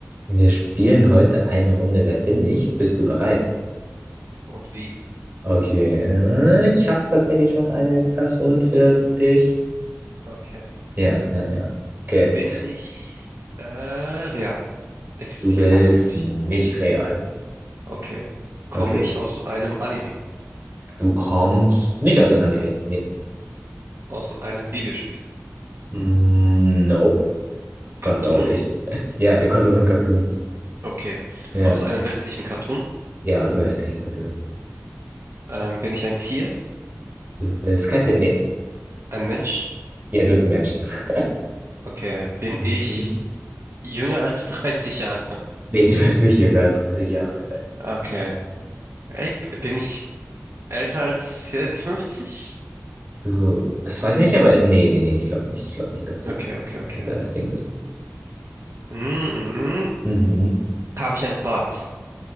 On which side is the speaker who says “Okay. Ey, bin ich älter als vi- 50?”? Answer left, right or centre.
Right